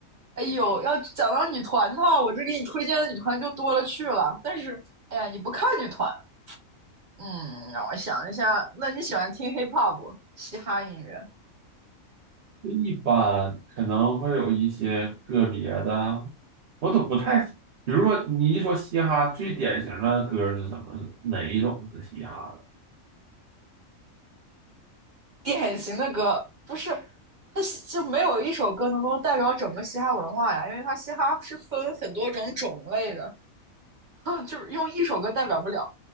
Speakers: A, on the right (about 35°); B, on the right (about 55°).
A: 哎呦，要讲到女团的话，我这给你推荐的女团就多了去了。但是，哎呀，你不看女团，嗯，让我想一下，那你喜欢听 hip hop 嘻哈音乐？
B: 一般可能会有一些个别的，我都不太，比如说你一说嘻哈，最典型的歌是什么？哪一种是嘻哈的？
A: 典型的歌不是，它就没有一首歌能够代表整个嘻哈文化呀，因为它嘻哈是分很多种种类的，<laughs> 就是用一首歌代表不了。